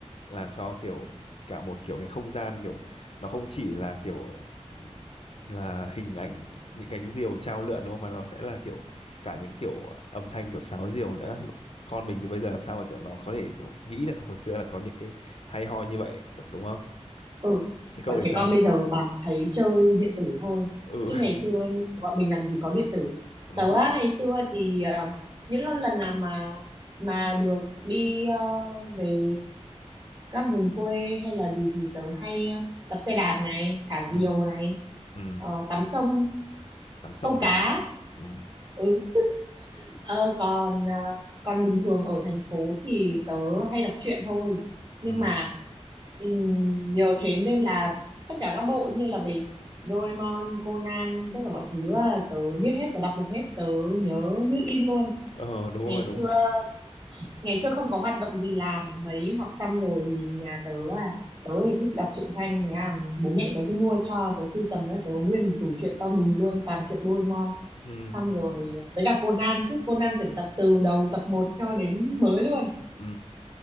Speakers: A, on the left (about 55°); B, on the right (about 40°).
A: Làm cho kiểu cả một kiểu cái không gian kiểu nó không chỉ là kiểu là hình ảnh những cánh diều chao lượn đúng không mà nó sẽ là kiểu cả những kiểu âm thanh kiểu sáo diều nữa con mình thì bây giờ làm sao mà kiểu nó có thể kiểu nghĩ được hồi xưa là có những cái hay ho như vậy được đúng không
B: ừ
A: thế cậu
B: bọn
A: thì
B: trẻ
A: sao
B: con bây giờ toàn thấy chơi điện tử thôi
A: ừ
B: chứ
A: <laughs>
B: ngày xưa như bọn mình làm gì có điện tử
A: ừ
B: tớ á, ngày xưa thì à, những lần lần nào mà mà được đi ờ, về các vùng quê hay là gì thì tớ hay ờ, đạp xe đạp này thả
A: ừ
B: diều này
A: ừ
B: ờ, tắm sông
A: tắm sông
B: câu
A: cả
B: cá
A: ừ
B: ừ Ờ, còn ờ, còn bình thường ở thành phố thì tớ hay đọc truyện thôi nhưng
A: ừ
B: mà ừm, nhiều thế nên là tất cả các bộ như là về Doraemon, Conan tất cả mọi thứ ờ, tớ biết hết tớ đọc được hết tớ nhớ như in luôn
A: ờ đúng
B: ngày
A: rồi đúng
B: xưa ngày xưa không có hoạt động gì làm mấy học xong rồi thì nhà tớ à tớ thì thích đọc truyện tranh thế à bố mẹ tớ cứ mua cho tớ sưu tầm đó tớ có nguyên một tủ truyện to đùng luôn toàn truyện Doraemon
A: ừ
B: xong rồi à, với cả Conan chứ Conan tuyển tập từ đầu tập một cho đến mới luôn
A: ừ